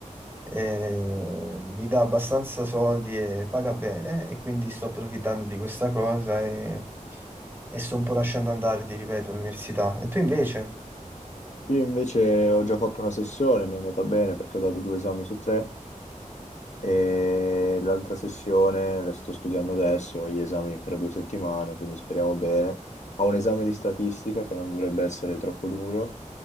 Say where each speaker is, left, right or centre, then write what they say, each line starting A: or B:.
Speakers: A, on the right; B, on the left.
A: eh, mi dà abbastanza soldi e paga bene, e quindi sto approfittando di questa cosa e, e sto un po' lasciando andare, ti ripeto, l'università. E tu invece?
B: Io invece ho già fatto una sessione, mi è andata bene perché ho dato due esami su tre E l'altra sessione la sto studiando adesso, ho gli esami fra due settimane, quindi speriamo bene. Ho un esame di statistica che non dovrebbe essere troppo duro